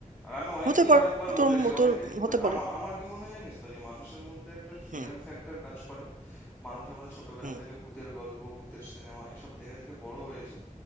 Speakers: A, on the left; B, on the right.
A: আর আমি অনেককেই
B: হতে পারে
A: অনেকবার
B: তোর
A: বলেছি
B: ম- তোর
A: অনেকে
B: হতে পারে
A: আমার আমার কি মনে হয় জানিস তো যে মানুষের মধ্যে একটা ফিয়ার
B: হুম
A: ফ্যাক্টর কাজ করে মানুষ আমরা ছোটবেলা
B: হুম
A: থেকে ভূতের গল্প ভূতের সিনেমা এসব দেখে দেখে বড় হয়েছি